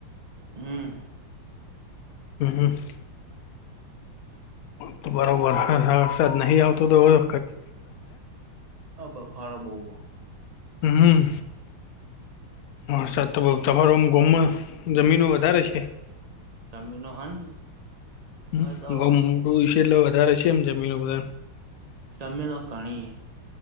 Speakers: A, on the right (about 55°); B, on the left (about 75°).
A: હમ
B: હમ હ તો બરોબર હ વરસાદ નહી આવતો તો હવે
A: હા, બફારો હોય
B: હમ વરસાદ તો બવ તમારે ગોમ માં જમીન વધારે છે.
A: જમીનો હન
B: <unintelligible>
A: હોય તો
B: મોટું હશે એટલે વધારે છે એમ જમીન બધાં
A: જમેીનો ઘણી